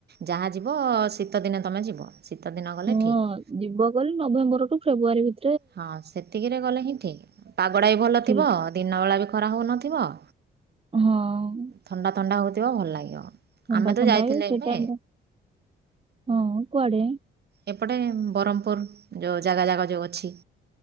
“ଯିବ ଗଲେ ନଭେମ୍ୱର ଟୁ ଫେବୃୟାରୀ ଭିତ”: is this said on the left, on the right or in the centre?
Right